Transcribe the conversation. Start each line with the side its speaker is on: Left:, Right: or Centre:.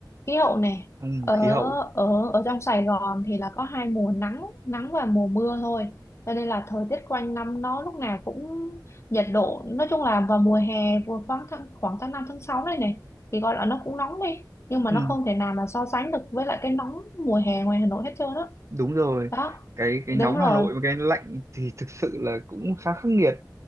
Left: khí hậu này
Right: ừ,
Left: ở
Right: khí hậu
Left: ở ở trong Sài Gòn thì là có hai mùa nắng nắng và mùa mưa thôi cho nên là thời tiết quanh năm nó lúc nào cũng nhiệt độ nói chung là vào mùa hè vừa khoảng tháng, khoảng tháng 5 tháng 6 này này thì gọi là nó cũng nóng đi nhưng mà
Right: ừ
Left: nó không thể nào mà so sánh được với lại cái nóng mùa hè ngoài Hà Nội hết trơn á
Right: đúng rồi
Left: đó.
Right: cái cái nóng
Left: đúng rồi
Right: Hà Nội và cái lạnh thì thực sự là cũng khá khắc nghiệt